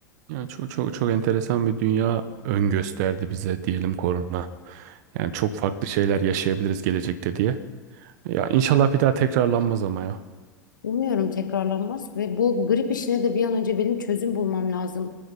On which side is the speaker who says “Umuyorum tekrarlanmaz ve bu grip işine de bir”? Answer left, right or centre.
Left